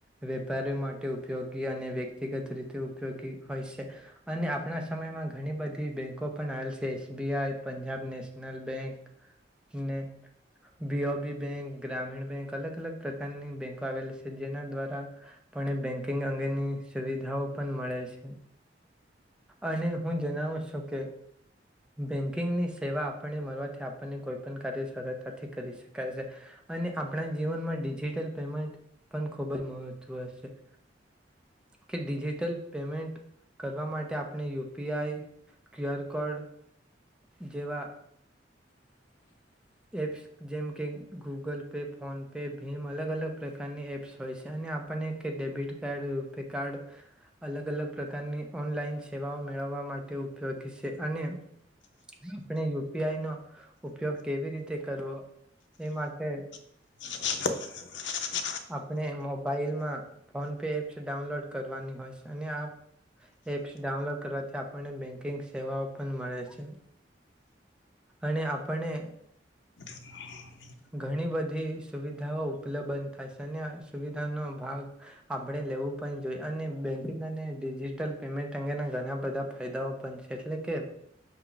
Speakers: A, in the centre; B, on the left.
A: વેપારી માટે ઉપયોગી અને વ્યક્તિગત રીતે ઉપયોગી હોય છે. અને આપણા સમયમાં ઘણી બધી બેંકો પણ આવેલ છે એસબીઆઈ પંજાબ નેશનલ બેંક ને બીયો બી. બેંક ગ્રામીણ બેંક અલગ અલગ પ્રકારની બેંકો આવેલી છે જેના દ્વારા પણ એ બેન્કિંગ અંગેની સુવિધાઓ પણ મળે છે. અને હું જણાવું છું કે બેન્કિંગની સેવા આપણને મળવાથી આપણને કોઈ પણ કાર્ય સરતાથી કરી શકાય છે. અને આપણા જીવનમાં ડિજિટલ પેમેન્ટ પણ ખૂબ જ મહત્વ છે. કે ડિજિટલ પેમેન્ટ કરવા માટે આપણે U P I QR code જેવા
B: <inaudible>
A: એપ જેમ કે ગૂગલ પે ફોન પે ભીમ અલગ અલગ પ્રકારની એપ્સ હોય છે અને આપ આપણને કે ડેબિટ કાર્ડ રૂપે કાર્ડ અલગ અલગ પ્રકારની ઓનલાઈન સેવાઓ મેળવવા માટે ઉપયોગી છે અને આપણે યુ પી આઈ નો ઉપયોગ કેવી રીતે કરવો એ માટે
B: <inaudible>
A: આપણે મોબાઈલમાં ફોન પે એપ્સ ડાઉનલોડ કરવાની હોય છે અને આપ એપ્સ ડાઉનલોડ કરવાથી આપણને બેન્કિંગ સેવાઓ પણ મળે છે અને આપને
B: <inaudible>
A: ઘણી બધી સુવિધાઓ ઉપલબ્ધ થાય છે અને સુવિધાનો ભાગ આપણે લેવું પણ જોઈએ અને બેંકિંગ અને ડિજીિટલ પેમેન્ટ અંગેના ઘણા બધા ફાયદાઓ પણ છે એટલે કે